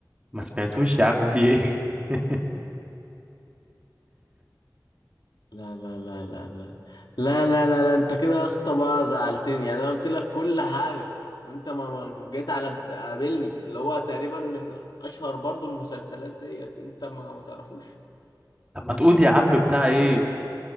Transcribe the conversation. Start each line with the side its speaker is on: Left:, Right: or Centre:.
Right: ما سمعتوش يا عم في ايه <laughs>
Left: لا لا لا لا لا لا لا لا, لا. انت كده يا اسطى بقى زعلتني يعني انا قلت لك كل حاجة وانت ما ما جيت على بد- قابلني اللي هو تقريبا من اشهر برضو المسلسلات ديت انت ما ما تعرفوش
Right: طب ما تقول يا عم بتاع ايه